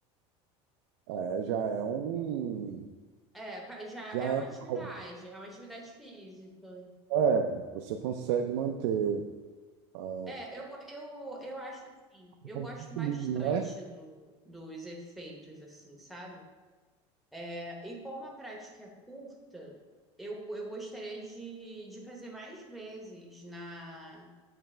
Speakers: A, on the right; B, in the centre.
A: É, já é um,
B: É, pa- já
A: já
B: é uma
A: é
B: atividade,
A: algo.
B: é uma atividade física.
A: É, você consegue manter, ah,
B: É, eu, go- eu, eu acho assim, eu
A: um
B: gosto
A: pouquinho,
B: bastante
A: né?
B: do, dos efeitos, assim, sabe? É, E como a prática é curta, eu, eu gostaria de, de fazer mais vezes na,